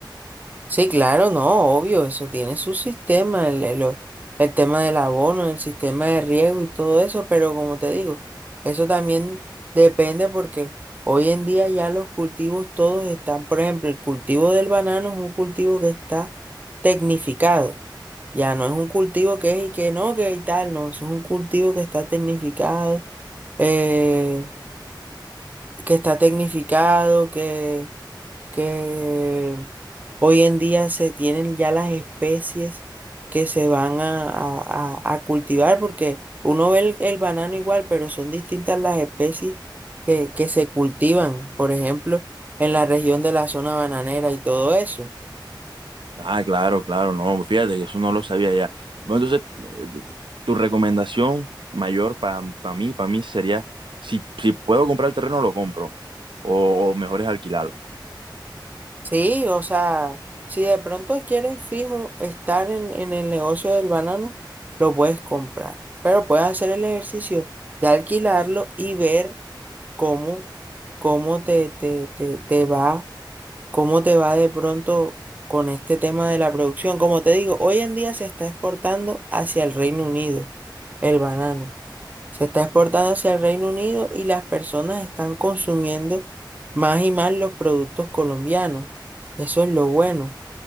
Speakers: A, on the right; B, on the right.
A: Sí, claro, no, obvio, eso tiene su sistema, el, el, o- el tema del abono, el sistema de riego y todo eso, pero como te digo, eso también depende porque hoy en día ya los cultivos todos están, por ejemplo, el cultivo del banano es un cultivo que está tecnificado, ya no es un cultivo que es y que no, que y tal, no, eso es un cultivo que está tecnificado, eh, que está tecnificado, que que hoy en día se tienen ya las especies que se van a, a- a- a cultivar, porque uno ve el, el banano igual, pero son distintas las especies que, que se cultivan, por ejemplo, en la región de la zona bananera y todo eso.
B: Ah, claro, claro, no, fíjate que eso no lo sabía ya. Bueno, entonces, eh, tu recomendación mayor para mí, para mí sería si, si puedo comprar el terreno, lo compro. O, o mejor es alquilarlo.
A: Sí, o sea, si de pronto quieres fijo estar en, en el negocio del banano, lo puedes comprar, pero puedes hacer el ejercicio de alquilarlo y ver. cómo, cómo te, te, te, te va, cómo te va de pronto con este tema de la producción. Como te digo, hoy en día se está exportando hacia el Reino Unido el banano. Se está exportando hacia el Reino Unido y las personas están consumiendo más y más los productos colombianos. Eso es lo bueno,